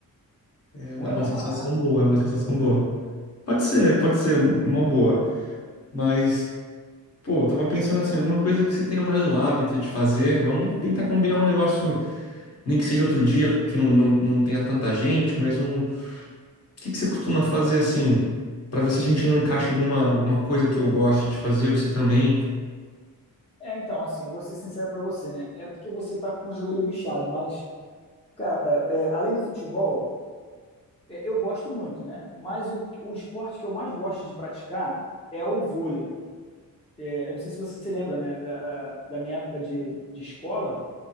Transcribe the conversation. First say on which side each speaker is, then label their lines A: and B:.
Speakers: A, on the left; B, on the left.
A: É
B: Pô,
A: uma, é
B: é
A: uma
B: mó
A: sensação
B: barato,
A: boa,
B: cara.
A: é uma sensação boa. Pode ser, pode ser uma boa, mas. Pô, eu tava pensando assim, alguma coisa que você tenha mais o hábito de fazer. Vamos tentar combinar um negócio, nem que seja outro dia, que não, não, não tenha tanta gente, mas um. O que que você costuma fazer assim? Pra ver se a gente não encaixa alguma, alguma coisa que eu goste de fazer, você também.
B: É, então, assim, eu vou ser sincero pra você, né? É porque você tá com o joelho bichado, mas, cara, é, além do futebol, é, eu gosto muito, né? Mas o, o esporte que eu mais gosto de praticar é o vôlei. é, eu não sei se você se lembra, né, da, da minha época de, de escola,